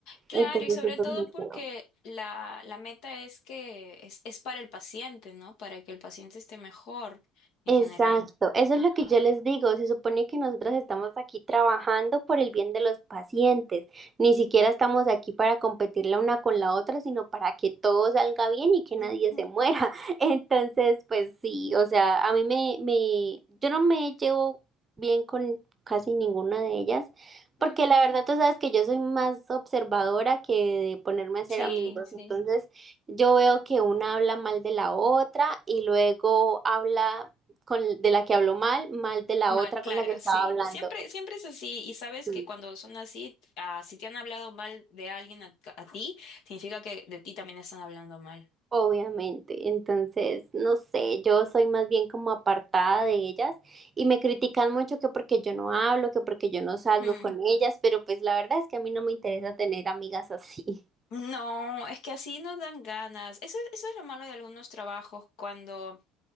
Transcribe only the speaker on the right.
Entonces
eso
no es muy
feo.
Exacto,
eso
es lo que yo les digo. Se supone que nosotros estamos aquí trabajando por el bien de los pacientes. Ni siquiera estamos aquí para competir la una con la otra, sino para que todo salga bien y que nadie
se muera. <laughs> Entonces, pues sí, o sea, a mí me, me, yo no me llevo bien con casi ninguna de ellas, porque
la verdad tú sabes que yo soy más observadora que de ponerme a hacer
amigos.
Entonces, yo veo que una habla mal de la otra y luego habla con, de la que habló mal, mal de la
otra
con la que estaba
hablando.
Sí,
obviamente. Entonces, no sé, yo soy más bien como apartada de ellas y me critican mucho que porque yo no hablo, que porque yo no salgo
con ellas, pero pues la verdad es que a mí no me interesa tener amigas así. <laughs>